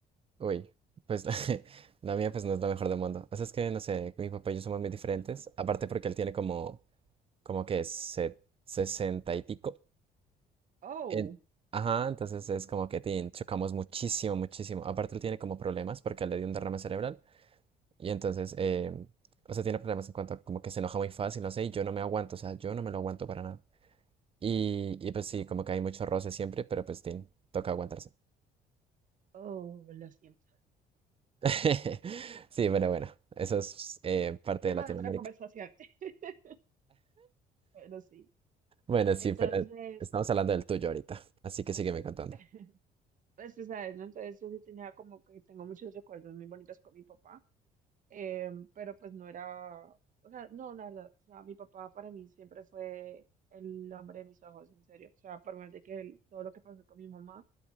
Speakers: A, on the right; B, on the right.
A: Uy, pues <laughs> la mía pues no es la mejor del mundo. O sea, es que, no sé, mi papá y yo somos muy diferentes,
B: <laughs>
A: aparte porque él tiene como, como que se- sesenta y pico.
B: Oh,
A: En- Ajá, entonces es como que tin, chocamos muchísimo, muchísimo. Aparte él tiene como problemas porque le dio un derrame cerebral. Y entonces, eh, o sea, tiene problemas en cuanto a como que se enoja muy fácil, no sé, y yo no me aguanto, o sea, yo no me lo aguanto para nada. Y, y pues sí, como que hay mucho roce siempre, pero pues tin, toca aguantarse.
B: oh, lo siento.
A: <laughs> Sí, bueno, bueno, eso es eh, parte
B: Tema
A: de Latinoamérica.
B: de otra conversación. <laughs> Bueno, sí.
A: Bueno, sí,
B: Entonces,
A: pero estamos hablando del tuyo ahorita, así que
B: es
A: sígueme
B: eso.
A: contando.
B: <laughs> Pues tú sabes, ¿no? Entonces yo sí tenía como que tengo muchos recuerdos muy bonitos con mi papá. Eh, pero pues no era, o sea, no, la verdad, o sea, mi papá para mí siempre fue el hombre de mis ojos, en serio. O sea, por más de que él- todo lo que pasó con mi mamá,